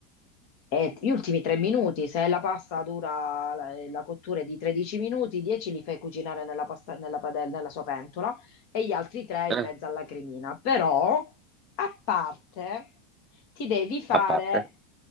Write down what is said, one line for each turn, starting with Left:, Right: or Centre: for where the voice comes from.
Left: E gli ultimi tre minuti, se la pasta dura la, eh, la cottura è di 13 minuti, 10 li fai cucinare nella, pasta, nella, padella, nella sua pentola e gli altri tre
Right: Eh.
Left: in mezzo alla cremina. Però, a parte, ti devi fare
Right: A parte?